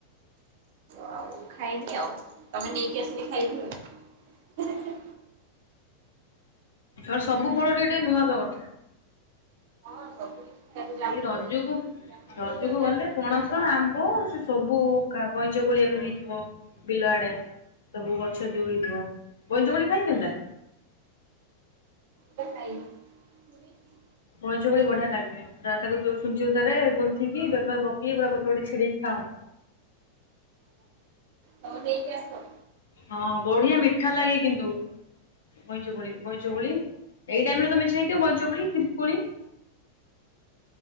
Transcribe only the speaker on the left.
ତ ସବୁ ଫଳ ଟିକେ ଟିକେ ନୂଆ ହବା କଥା।
ଏଇ ରଜକୁ
ରଜକୁ
ଗଲେ
ପଣସ
ଆମ୍ବ
ସେ ସବୁ କା ବଇଁଚ କୋଳି ଏବେ ହେଇଥିବ ବିଲଆଡ଼େ। ସବୁ ଗଛ ଯୋଉ ହେଇଥିବ ବଇଁଚ କୋଳି ଖାଇଚନ୍ତିନା?
ବଇଁଚ କୋଳି ବଢ଼ିଆ ଲାଗେ ପୁରା ତାକୁ ଯୋଉ ଛୁଞ୍ଚିସୁତାରେ ଗୁନ୍ଥିକି ବେକରେ ପକେଇ ପୁରା ଗୋଟେ ଗୋଟେ ଚିଡ଼େଇକି ଖାଉ।
ହଁ ବଢ଼ିଆ ମିଠା ଲାଗେ କିନ୍ତୁ। ବଇଁଚକୋଳି ବଇଁଚକୋଳି ଏଇ ଟାଇମିରେତ ମେଞ୍ଚେ ହେଇଥିବ ବଇଁଚକୋଳି କ୍ଷୀରୀ କୋଳି